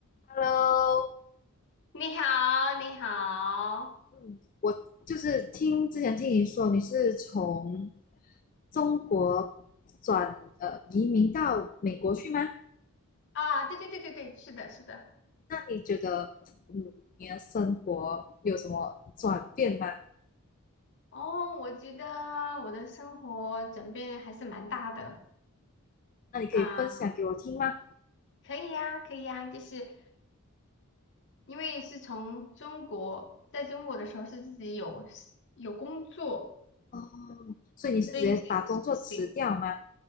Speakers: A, on the left; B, on the left.
A: Hello，
B: 你好，你好
A: 嗯，我就是听之前听你说你是从中国转呃移民到美国去吗？
B: 啊，对对对对对，是的，是的。
A: 那你觉得嗯你的生活有什么转变吗？
B: 哦，我觉得我的生活转变还是蛮大的
A: 那你可以分享给我听吗？
B: 啊，可以呀，可以呀，就是因为是从中国，在中国的时候是自己有 s- 有工作，
A: 哦，所以你是直接把工作辞掉吗？
B: 所以就是有薪水，